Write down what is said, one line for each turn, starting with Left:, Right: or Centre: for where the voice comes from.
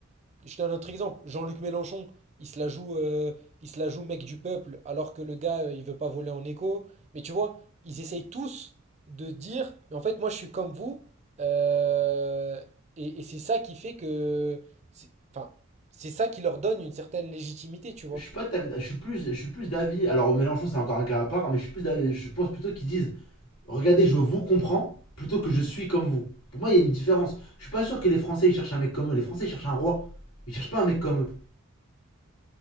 Right: je donne un autre exemple. Jean-Luc Mélenchon, il se la joue, euh, il se la joue mec du peuple, alors que le gars, euh, il veut pas voler en écho. Mais tu vois, ils essayent tous de dire, mais en fait, moi, je suis comme vous. euh, et et c'est ça qui fait que, c'est- enfin, c'est ça qui leur donne une certaine légitimité, tu vois.
Left: je suis pas de ta- je suis plus, je suis plus d'avis. Alors Mélenchon, c'est encore un cas à part, mais je suis plus d'avis- Je pense plutôt qu'ils disent, regardez, je vous comprends, plutôt que je suis comme vous. Pour moi, il y a une différence. Je suis pas sûr que les Français ils cherchent un mec comme eux. Les Français ils cherchent un roi. Ils cherchent pas un mec comme eux.